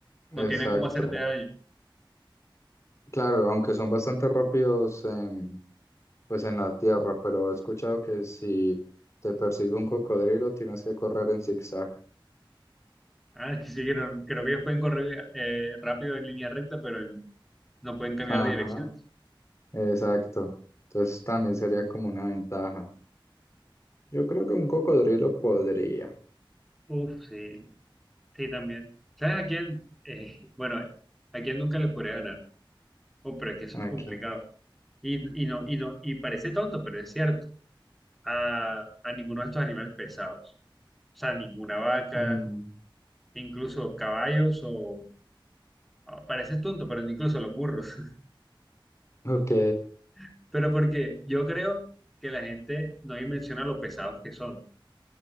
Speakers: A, in the centre; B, on the left.
A: no
B: Exacto.
A: tiene cómo hacerte daño.
B: Claro, aunque son bastante rápidos en, pues en la tierra, pero he escuchado que si te persigue un cocodrilo tienes que correr en zigzag.
A: Ah, <laughs> es sí, creo, creo que ellos pueden correr eh, rápido en línea recta, pero en- no pueden cambiar
B: Ajá,
A: de direcciones.
B: exacto. Entonces también sería como una ventaja. Yo creo que un cocodrilo podría.
A: Uf, sí, sí, también. ¿Sabes a quién? Eh, bueno, a quién nunca le podría ganar. Oh, pero es que eso
B: Aquí.
A: es complicado. Y, y no, y no, y parece tonto, pero es cierto. A, a ninguno de estos animales pesados. O sea, ninguna vaca,
B: Mm,
A: incluso caballos o... ah, Parece tonto, pero incluso los burros.
B: ok,
A: <laughs> Pero porque yo creo que la gente no dimensiona lo pesados que son.